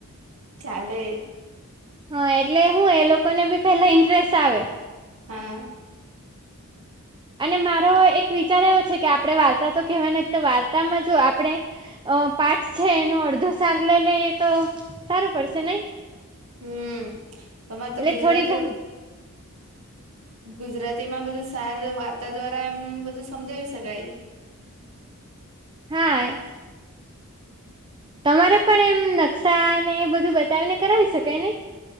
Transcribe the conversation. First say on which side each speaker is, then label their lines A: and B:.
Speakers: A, on the right; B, on the right.
A: ચાલે
B: હા એટલે હું એ લોકોને બી પેલા ઇન્ટરેસ્ટ આવે
A: હા
B: અને મારો એક વિચાર એવો છે કે આપડણે વાર્તા તો કેહેવા નથી તો વાર્તામાં જો આપણે અ પાઠ છે એનો અડધો સાર લઈ લઈએ તો સારું પડશે નહી.
A: હમ તમા તો
B: એટલે
A: ગુજરાતી
B: થોડી ઘણી
A: ગુજરાતીમાં બધું સાર વાર્તા દ્વારા એમ બધું સમજાવી શકાય.
B: હા તમારે પણ એમ નકશા ને એ બધું બતાવીને કરાવી શકાય નહી